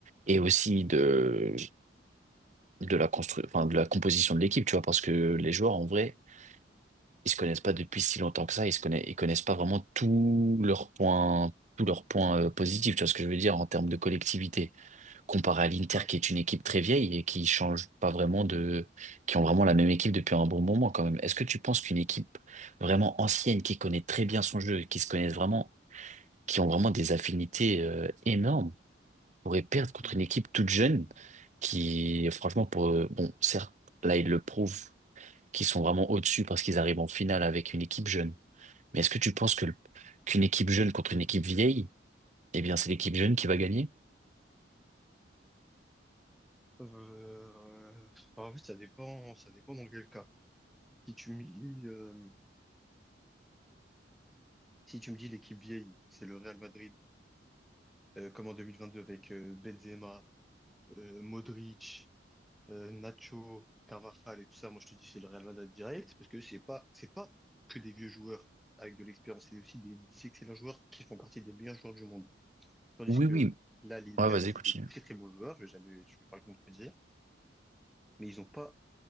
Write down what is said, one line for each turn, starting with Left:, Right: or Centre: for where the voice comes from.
Right: et aussi de, de la constru, enfin, de la composition de l'équipe, tu vois, parce que les joueurs, en vrai, ils se connaissent pas depuis si longtemps que ça, ils se connaissent, ils connaissent pas vraiment tous leurs points, tous leurs points euh, positifs, tu vois ce que je veux dire, en termes de collectivité, comparé à l'Inter,
Centre: Ah,
Right: qui est une équipe très vieille et qui change pas vraiment de, qui ont vraiment la même équipe depuis un bon moment, quand même. Est-ce que tu penses qu'une équipe vraiment ancienne, qui connaît très bien son jeu, qui se connaissent vraiment, qui ont vraiment des affinités, euh, énormes pourrait perdre contre
Centre: Mhm.
Right: une équipe toute jeune qui, franchement, pour, euh, bon, certes, là, ils le prouvent qu'ils sont vraiment au-dessus parce qu'ils arrivent en finale avec une équipe jeune. Mais est-ce que tu penses que le- qu'une équipe jeune contre une équipe vieille, eh bien, c'est l'équipe jeune qui va gagner?
Centre: euh, en fait, ça dépend, ça dépend dans quel cas. Si tu me dis, euh, si tu me dis l'équipe vieille, c'est le Real Madrid, euh, comme en 2022 avec euh, Benzema, euh, Modric. euh, Nacho, Carvajal et tout ça, moi je te dis c'est le Real Madrid direct, parce que c'est pas, c'est pas que des vieux joueurs avec de l'expérience, c'est aussi des, des excellents joueurs qui font partie des meilleurs joueurs du monde. Tandis
Right: Oui,
Centre: que
Right: oui.
Centre: là, l'Inter,
Right: Ouais, vas-y,
Centre: c'est
Right: continue.
Centre: des très très bons joueurs, je vais jamais, je vais pas le contredire, mais ils ont pas,